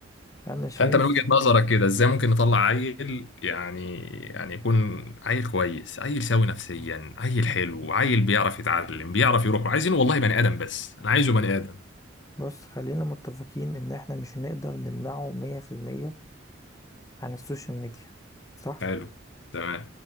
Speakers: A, on the left; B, on the left.
A: انا شايف
B: فانت من وجهه نظرك كده ازاي ممكن نطلع عيل يعني يعني يكون عيل كويس عيل سوي نفسيا عيل حلو عيل بيعرف يتعلم بيعرف يروح عايزينه والله بني ادم بس انا عايزه بني ادم
A: بص خلينا متفقين ان احنا مش هنقدر نمنعه مية في المية عن السوشيال ميديا صح
B: حلو تمام